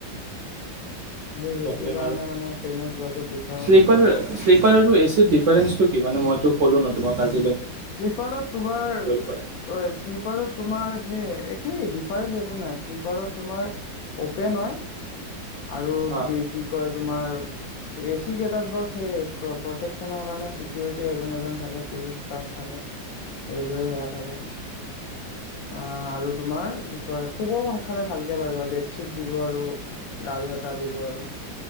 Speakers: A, on the left; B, on the right.
A: সেই সেইটো
B: প্ৰব্লেম
A: কাৰণে
B: আৰু
A: মানে ট্ৰেইনত যোৱাটো প্ৰিফাৰ
B: শ্লিপাৰ
A: নকৰোৱে
B: শ্লিপাৰ তো এ চি দিফাৰেন্চ তো কি মানে মই তো কলোঁ ন তোমাক আজি
A: শ্লিপাৰত তোমাৰ
B: কৰা
A: শ্লিপ তোমাৰ সে একেই দিফাৰেন্চ একো নাই, শ্লিপাৰত তোমাৰ অপেন হয় আৰু
B: হা
A: দি কি কয় তোমাৰ এ চি কেইটাত বাচ হে প্ৰটেকচনৰ কাৰণে চিকিউৰিটি এজন এজন থাকে পুলিচ ষ্টাফ থাকে, ৰেলৱে সেয়া থাকে, অআ আৰু তোমাৰ কি কয় শুব মন খালে ভালকে পাৰিবা বেডশ্বিট দিব আৰু গাৰু এটা দিব আৰু